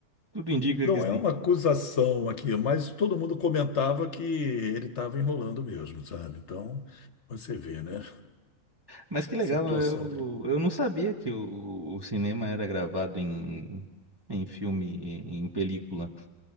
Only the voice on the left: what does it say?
não
é uma acusação aqui, mas todo mundo comentava que ele estava enrolando mesmo, sabe? Então você vê, né?
Situação